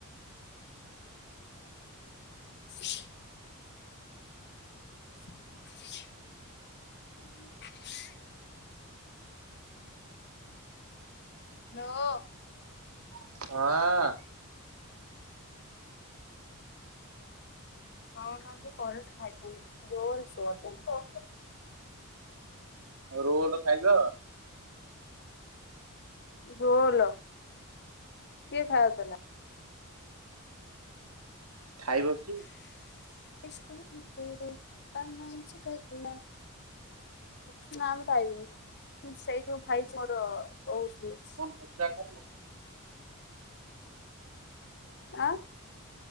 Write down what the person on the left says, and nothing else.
<inaudible> <inaudible> ନକୋ।
ହଁ କରେଣ୍ଟ ଫାରେଷ୍ଟ ଜୋରେ ଶୁଅନ୍ତା।
ରୋଲ କିଏ ଖାଇାଉ ଥିଲା?
<unintelligible> <unintelligible> ସେଇ ଯୋଉ ଭାଇଚି ମୋର <unintelligible>
ଆଁ